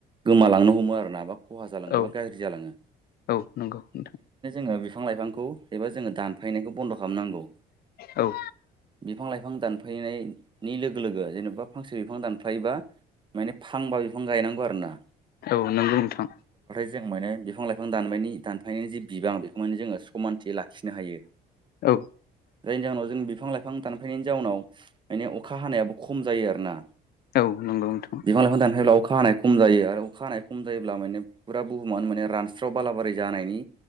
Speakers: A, on the right; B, on the left.
A: गोमालांनो हमो आरोना बा खहा जालाङोबा
B: औ
A: गाज्रि जालाङो।
B: औ नंगौ नोंथां।
A: ओ बिफां लाइांखौ एबा जोङो दानफायनायखौ बन्द' खालामनांगौ
B: औ
A: बिफां लाइफां दानफायनाय नि लोगो लोगो जेनेबा फांसे बिफां दानफ्लायोबा माने फांबा बिफां गायनांगौ आरो ना।
B: औ नंगौ नोंथां।
A: जों मोनो बिफां लाइफां दाननायनि दानफायनायनि जि बिबां बेखौ मेने जोङो समानथि लाखिनो हायो।
B: औ
A: जायनि जााहनाव जों बिफां लाइफां दानफैनायनि जाउनाव माने अखा हानायाबो खम जायो आरोना।
B: औ नंगौ नोंथां
A: बिफां लाइफां दानफाय ब्ला। अखा हानाय खम जायो आरो अखा हानाय खम जायोब्ला माने फुरा बुहुमाव माने रानस्रा हास्राव बालाबारि जानायनि